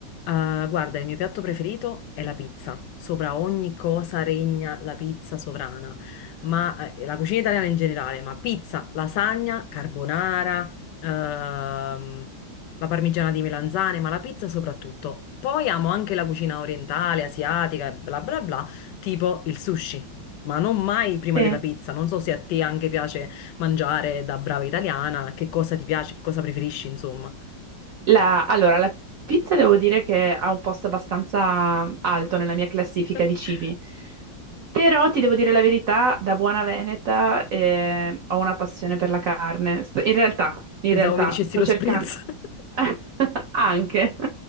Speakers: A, on the left; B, on the right.
A: Ah, guarda, il mio piatto preferito è la pizza. Sopra ogni cosa regna la pizza sovrana, ma eh, la cucina italiana in generale, ma pizza, lasagna, carbonara, ehm, la parmigiana di melanzane, ma la pizza soprattutto. Poi amo anche la cucina orientale, asiatica, e bla bla bla, tipo il sushi. Ma non mai prima
B: Sì.
A: della pizza. Non so se a te anche piace mangiare da brava italiana, che cosa ti piace, che cosa preferisci, insomma.
B: La- allora, la pizza devo dire che ha un posto abbastanza alto nella mia classifica
A: <laughs>
B: di cibi. Però ti devo dire la verità, da buona veneta eh, ho una passione per la carne. Sto- in realtà, in
A: Pensavo
B: realtà
A: mi dicessi
B: sto
A: lo
B: cercando
A: spritz, <laughs>
B: <laughs> anche. <laughs>